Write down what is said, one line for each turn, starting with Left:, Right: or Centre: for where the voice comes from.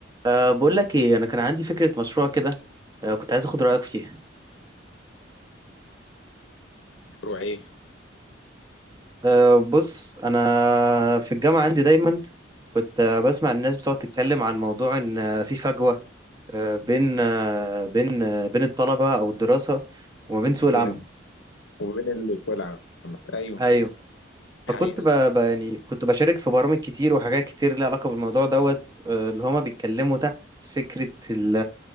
Right: أه بقول لك ايه انا كان عندي فكره مشروع كده أه كنت عايز اخد رايك فيها
Left: مشروع ايه
Right: أه بص انا في الجامعه عندي دايما كنت آه، بسمع الناس بتقعد تتكلم عن موضوع ان آه، في فجوه أه بين أه بين أه بين الطلبه او الدراسه وما بين سوق العمل
Left: بين ال... وبين السوق العام ايوه
Right: ايوه فكنت
Left: دي حقيقه
Right: ب... ب... يعني كنت بشارك في برامج كتير وحاجات كتير ليها علاقه بالموضوع دوت أه اللي هما بيتكلموا تحت فكره ال...